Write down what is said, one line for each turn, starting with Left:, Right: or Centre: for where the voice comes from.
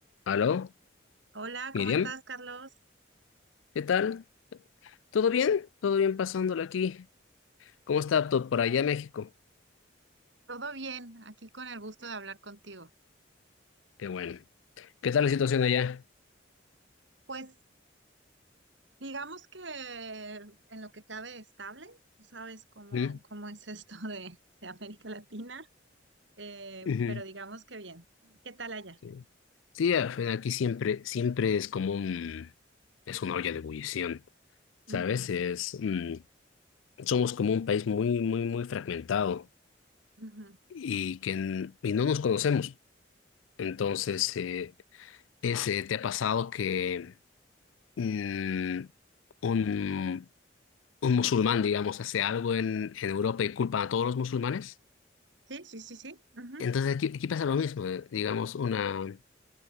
Left: Aló,
Right: Hola,
Left: Miriam,
Right: ¿cómo estás, Carlos?
Left: ¿qué tal? ¿Todo bien? ¿Todo bien pasándolo aquí? ¿Cómo está todo por allá, México?
Right: Todo bien, aquí con el gusto de hablar contigo.
Left: Qué bueno. ¿Qué tal la situación allá?
Right: Pues digamos que en lo que cabe estable, tú sabes cómo,
Left: ¿Mm?
Right: cómo es esto <laughs> de, de América Latina, eh,
Left: Ujú.
Right: pero digamos que bien. ¿Qué tal allá?
Left: Sí, Sí, al fin, aquí siempre, siempre es como un, es una olla de ebullición,
Right: Ujú,
Left: ¿sabes? Es, mm, somos como un país muy, muy, muy fragmentado
Right: ujú.
Left: y que n- y no nos conocemos. Entonces, eh, ese, ¿te ha pasado que mm, un, un musulmán, digamos, hace algo en, en Europa y culpan a todos los musulmanes.
Right: Sí, sí, sí, sí. ujú,
Left: Entonces aquí, aquí pasa lo mismo, eh, digamos, una, aquí